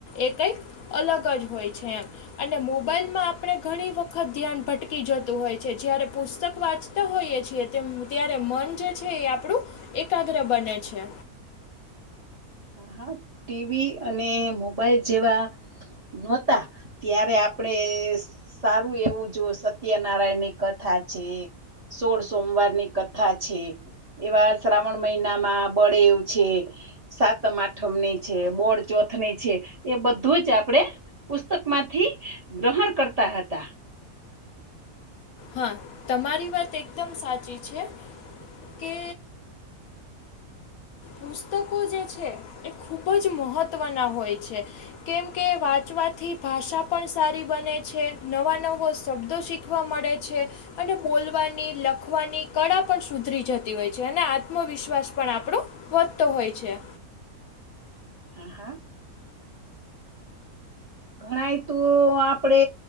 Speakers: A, on the left; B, on the right.
A: એ કંઈક અલગ જ હોય છે એમ. અને મોબાઈલમાં આપણે ઘણી વખત ધ્યાન ભટકી જતું હોય છે જ્યારે પુસ્તક વાંચ હોઈએ છીએ ત્યારે મન જે છે એ આપણું એકાગ્ર બને છે.
B: હ હા ટીવી અને મોબાઈલ જેવા નહોતા ત્યારે આપણેે સારું એવું જો સત્યનારાયણ ની કથા છે સોળ સોમવાર ની કથા છે. એવા શ્રાવણ મહિનામાં બળે એવું છે સાત તમ આઠમ ની છે બોડ ચોથ ની છે એ બધું જ આપણે પુસ્તક માંથી ગ્રહણ કરતા હતા.
A: હા તમારી વાત એકદમ સાચી છે કે પુસ્તકો જે છે એ ખુબ જ મહત્ત્વના હોય છે. કેમ કે વાંચવાથી ભાષા પણ સારી બને છે નવા નવો શબ્દો શીખ ઉઠવા મળે છે અને બોલવાની લખવાની કળા પણ સુધરી જતી હોય છે અને આત્મવિશ્વાસ પણ આપણો વધતો હોય છે.
B: હમ્મ હમ્મ ઘણાય તો આપડે